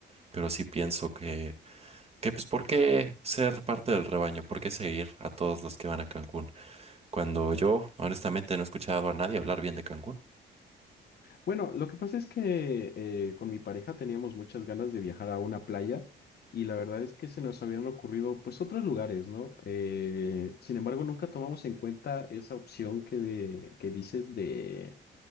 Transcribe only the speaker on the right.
pero sí pienso que, que pues, ¿por qué ser parte del rebaño? ¿Por qué seguir a todos los que van a Cancún? Cuando yo, honestamente, no he escuchado a nadie hablar bien de Cancún.